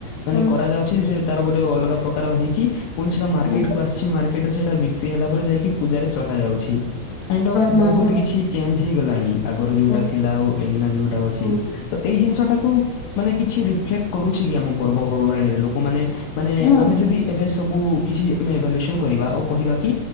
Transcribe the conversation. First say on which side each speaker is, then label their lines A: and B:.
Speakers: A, on the left; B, on the left.
A: ମାନେ
B: ହୁଁ
A: କରାଯାଉଛି ସେ ତାର ଗୋଟେ ଅଲଗା ପ୍ରକାର ହେଇକି ପୁଣି ସେଇଟା ମାର୍କେଟକୁ
B: ହୁଁ
A: ଆସିଛି, ମାର୍କେଟ ରେ ସେଇଟା ବିକ୍ରି ହେଲା ପରେ ଯାଇକି ପୂଜାରେ ଚଢାଯାଉଛି। ଏଣ୍ଡ ଅଫ
B: ହୁଁ
A: ବହୁତ
B: ହୁଁ
A: କିଛି ଚେଞ୍ଜ ହେଇଗଲାଣି, ଆଗରୁ ଯୋଉଟା
B: ହୁଁ
A: ଥିଲା
B: ହୁଁ
A: ଏଇନା ଯୋଉଟା ଅଛି।
B: ହୁଁ
A: ତ ଏଇ ଜିନିଷ ଟାକୁ ମାନେ କିଛି ରିଫ୍ଲେକ୍ଟ କରୁଛି କି ଆମ ପର୍ବପର୍ବାଣୀରେ ଲୋକମାନେ ମାନେ
B: ହୁଁ
A: ଆମେ ଯଦି ଏବେ ସବୁ କିଛି ଆମେ ଭାଲୁସନ କରିବା ଆଉ କହିବା କି